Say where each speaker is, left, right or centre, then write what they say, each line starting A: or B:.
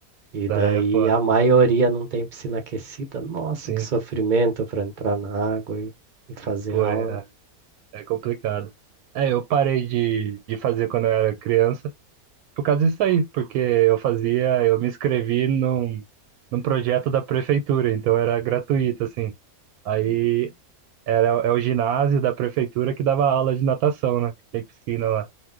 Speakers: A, on the right (about 45°); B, on the right (about 85°).
A: E
B: Daí
A: daí
B: é foda.
A: a maioria não tem piscina aquecida. Nossa,
B: Sim,
A: que sofrimento para entrar na água e, e fazer
B: pô,
A: aula.
B: é, é complicado. É, eu parei de, de fazer quando eu era criança por causa disso aí, porque eu fazia, eu me inscrevi num, num projeto da prefeitura, então era gratuito, assim. Aí era, é o ginásio da prefeitura que dava aula de natação, né? que Tem piscina lá.